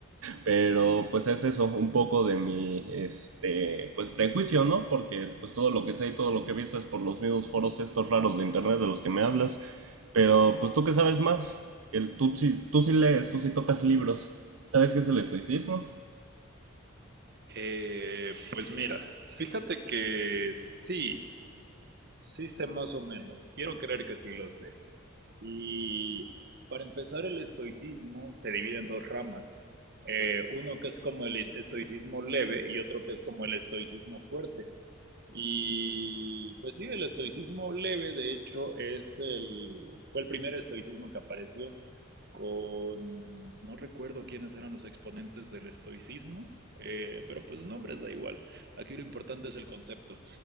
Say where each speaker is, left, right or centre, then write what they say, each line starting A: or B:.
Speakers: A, on the right; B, on the right.
A: pero pues es eso, un poco de mi este pues prejuicio, ¿no? Porque pues todo lo que sé y todo lo que he visto es por los mismos foros estos raros de internet de los que me hablas. Pero pues tú qué sabes más? El, tú, sí, tú sí lees, tú sí tocas libros. ¿Sabes qué es el estoicismo?
B: Eh, pues mira, fíjate que sí, sí sé más o menos. Quiero creer que sí lo sé. Y para empezar, el estoicismo se divide en dos ramas. Eh, uno que es como el estoicismo leve y otro que es como el estoicismo fuerte. Y pues sí, el estoicismo leve, de hecho, es el, fue el primer estoicismo que apareció con, no recuerdo quiénes eran los exponentes del estoicismo, eh, pero pues nombres da igual. Aquí lo importante es el concepto.